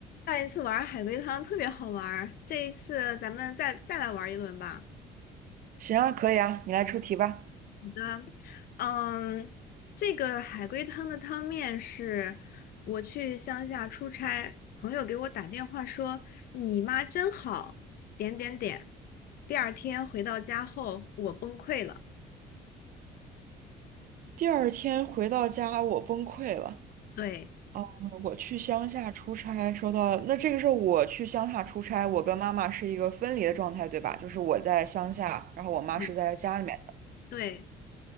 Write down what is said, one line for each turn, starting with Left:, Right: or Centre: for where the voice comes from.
Left: 上一次玩海龟汤特别好玩儿这一次咱们再再来玩一轮吧。
Right: 行啊，可以啊，你来出题吧。
Left: 好的，嗯，这个海龟汤的汤面是我去乡下出差，朋友给我打电话说你妈真好，点点点。第二天回到家后，我崩溃了。
Right: 第二天回到家，我崩溃了。
Left: 对，
Right: 呃我去乡下出差，收到，那这个时候我去乡下出差，我跟妈妈是一个分离的状态，对吧？就是我在乡下，然后我妈是在家里面的。
Left: 嗯，对，